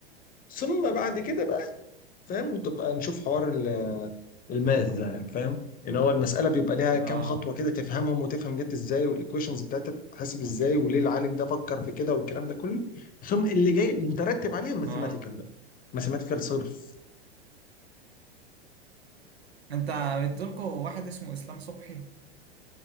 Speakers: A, on the left; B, on the right.
A: ثم بعد كده بقى فاهم تبقى نشوف حوار ال- الماث ده يعني فاهم ان هو المسألة بيبقى ليها كام
B: اه
A: خطوة كده تفهمهم وتفهم جت ازاي والايكويشنز بتاعتها بتتحسب ازاي وليه العالم ده فكر في كده والكلام ده كله ثم اللي جاي مترتب عليه الماثيماتيكال
B: اه
A: بقى ماثيماتيكال صرف
B: انت بتقولكوا واحد اسمه اسلام صبحي